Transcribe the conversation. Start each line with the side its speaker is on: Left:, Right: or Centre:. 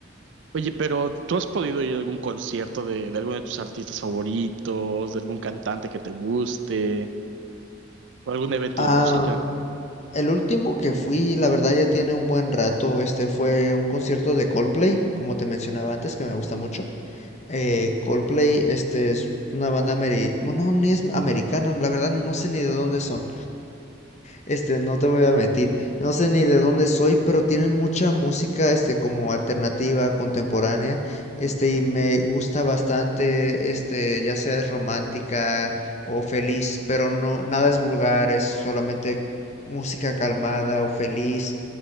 Right: Oye, pero ¿tú has podido ir a algún concierto de, de alguno de tus artistas favoritos, de algún cantante que te guste, o algún evento
Left: Ah,
Right: de música?
Left: el último que fui, la verdad ya tiene un buen rato, este fue un concierto de Coldplay, como te mencionaba antes, que me gusta mucho. Eh, Coldplay, este es una banda ameri... Bueno, no, ni es americana, la verdad no sé ni de dónde son. Este, no te voy a mentir, no sé ni de dónde soy, pero tienen mucha música, este, como alternativa, contemporánea, este, y me gusta bastante, este, ya sea es romántica o feliz, pero no, nada es vulgar, es solamente música calmada o feliz,